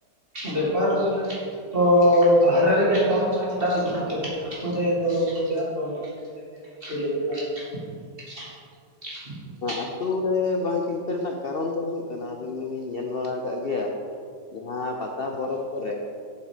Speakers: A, on the right (about 35°); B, on the left (about 65°).
A: ᱵᱮᱯᱟᱨ ᱛᱚ ᱵᱟᱦᱨᱮ ᱨᱮᱜᱮ ᱮᱛᱚᱦᱚᱵ ᱨᱮᱱᱟᱜ ᱪᱮᱫᱟᱜ ᱵᱤᱱ ᱪᱤᱱᱛᱟᱹ ᱠᱮᱫᱟ ᱟᱹᱛᱩ ᱨᱮᱫᱚ ᱪᱮᱫᱟᱜ ᱵᱟᱝ ᱵᱮᱱ <unintelligible>
B: ᱟᱛᱩ ᱨᱮ ᱵᱟᱝ ᱪᱤᱱᱛᱟᱹ ᱨᱮᱱᱟᱜ ᱠᱟᱨᱚᱱ ᱫᱚ ᱦᱩᱭᱩᱜ ᱠᱟᱱᱟ ᱟᱹᱵᱤᱱ ᱦᱚᱵᱤᱱ ᱧᱮᱞ ᱵᱟᱲᱟ ᱠᱟᱜ ᱜᱮᱭᱟ ᱡᱟᱦᱟᱸ ᱯᱟᱛᱟ ᱯᱚᱨᱚᱵᱽ ᱠᱚᱨᱮ